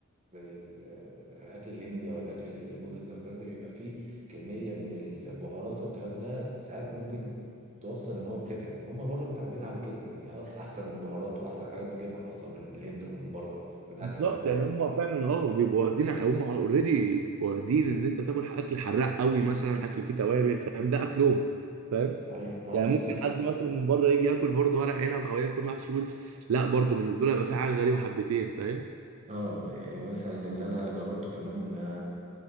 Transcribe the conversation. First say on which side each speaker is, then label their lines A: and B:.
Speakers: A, on the right (about 30°); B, on the right (about 70°).
A: زي ال- آه، الاكل الهندي او الاكل النودلز او الكلام ده بيبقى فيه كميه من البهارات والكلام ده ساعات ممكن توصل ان هو بتتعب هم بره متعودين على كده يعني أ- احسن بهارات واحسن حاجات بتجيبها اصلا من الهند ومن بره من
B: بالظبط
A: اسيا عموما
B: يعني هم فعلا اه بيبقوا واخدين هم اوريدي واخدين ان انت بتاكل اكل حراق قوي مثلا اكل فيه توابل فاهم ده اكلهم فاهم
A: ايوه اه
B: يعني
A: بالظبط
B: ممكن حد مثلا من بره يجي ياكل برضه ورق عنب او ياكل محشي يقول لا برضه بالنسبه له يبقى في حاجه غريبه حبتين فاهم
A: اه يعني مثلا اللي انا جربته كمان آه،